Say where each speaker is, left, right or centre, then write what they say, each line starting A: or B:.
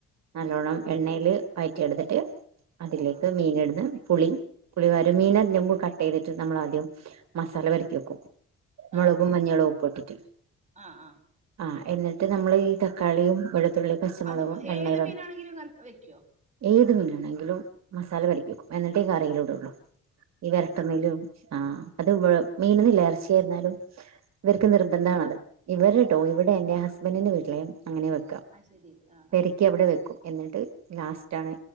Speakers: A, on the right; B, on the right.
A: നല്ലോണ്ണം
B: ആഹ്
A: എണ്ണയില് വയറ്റിയെടുത്തിട്ട് അതിലേക്ക്
B: ആഹ്
A: മീൻ ഇടുന്ന് പുളി പുളി പാരും മീനതിന് മ്പ് കട്ട് ചെയ്തിട്ട് നമ്മൾ ആദ്യം മസാല പെരട്ടി വെക്കും മൊളകും
B: ആഹ് ആഹ്
A: മഞ്ഞളും ഒപ്പട്ടിട്ട്
B: ആഹ് ആഹ്
A: ആഹ് എന്നിട്ട് നമ്മള് ഈ തക്കാളിയും വെളുത്തുള്ളി പച്ചമുളകും
B: അതും
A: എണ്ണയിലും
B: ഏത് മീനാണെങ്കിലും ന വെക്കോ
A: ഏത് മീനാണെങ്കിലും മസാല പെരട്ടി വെക്കും എന്നിട്ടേ ഈ കറിലിടൊള്ളു ഈ വെരട്ടുന്നിലും
B: അത് ശരി
A: ആഹ് അത് മീനുന്നില്ല എറച്ചിയായിരുന്നാലും ഇവർക്ക് നിർബന്ധണത്
B: ആഹ്
A: ഇവർ ട്ടോ
B: ആഹ്
A: ഇവിടെ
B: ആഹ്
A: എന്റെ ഹസ്ബൻഡിന്റെ വീട്ടിലെ അങ്ങനെ വെ
B: അത് ശരി ആഹ്
A: പെരക്കി അവിടെ വെക്കും എന്നിട്ട് ലാസ്റ്റ് ആണ്